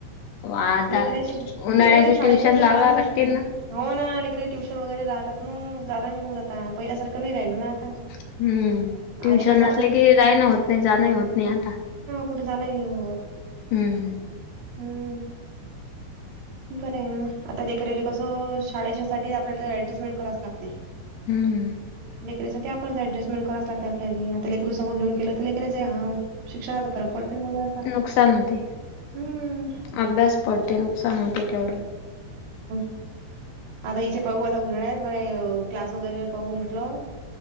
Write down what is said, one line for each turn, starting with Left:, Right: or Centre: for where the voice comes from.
Left: आता
Right: लेकराच्या
Left: उन्हाळ्याचे
Right: लेकराच्या शाळेच्या
Left: ट्युशन
Right: हेन
Left: लावा
Right: बाहेर नाही.
Left: लागतील ना
Right: हो ना अलीकडे ट्युशन वगैरे राहतात न, जायला नाही होत आता, पहिल्यासारखं नाही राहिल ना आता.
Left: हम्म, ट्युशन
Right: आधी कसं आपण
Left: असले की रायना होत नाही जाण ही होत नाही आता.
Right: कुठ जाणं ही नाही होत.
Left: हम्म.
Right: हम्म. बर आहे ना, आता लेकरेली कसं शाळेच्या साठी आपल्याला तर ऍडजेस्टमेंट करावच लागते.
Left: हम्म.
Right: लेकरीसाठी आपणच ऍडजेस्टमेंट करावच लागते आपल्याले, आता लेकरू सोबत घेऊन गेलो तर लेकराचे हाव. शिक्षणात फरक पडते <unintelligible> म आता.
Left: नुकसान होते
Right: हम्म,
Left: अभ्यास पडते नुकसान होते तेवढं
Right: <unintelligible> आता हिचे पाहू आता उन्हाळ्यात क्लास वगैरे पाहू म्हटलं